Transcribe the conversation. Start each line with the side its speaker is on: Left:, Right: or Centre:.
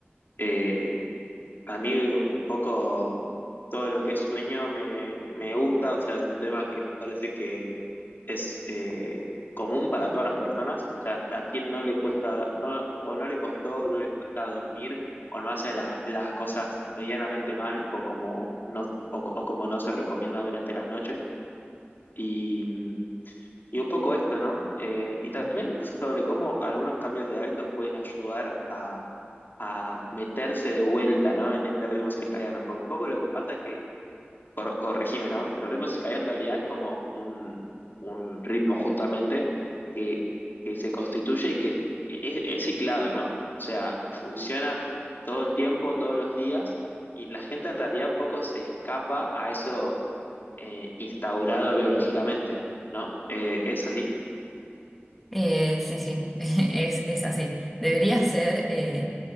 Left: Eh, a mí un poco todo lo que es sueño me, me gusta, o sea, es un tema que me parece que es eh, común para todas las personas. O sea, a quien no le cuesta, no, o no le costó, no le cuesta dormir, o no hace las, las cosas medianamente mal, o como no, o co- o como no se recomienda durante las noches. Y. mm, y un poco esto, ¿no? Eh, y también sobre cómo algunos cambios de hábitos pueden ayudar a, a meterse de vuelta, ¿no? En este ritmo circadiano. Porque un poco lo que pasa es que, cor- corregime, ¿no? Pero el ritmo circadiano en realidad es como un, un ritmo justamente que, que se constituye y que es, es ciclado, ¿no? O sea, funciona todo el tiempo, todos los días, y la gente en realidad un poco se escapa a eso eh, instaurado biológicamente, ¿no? Eh, ¿es así?
Centre: Eh, sí, sí, <laughs> es, es así. Debería ser eh,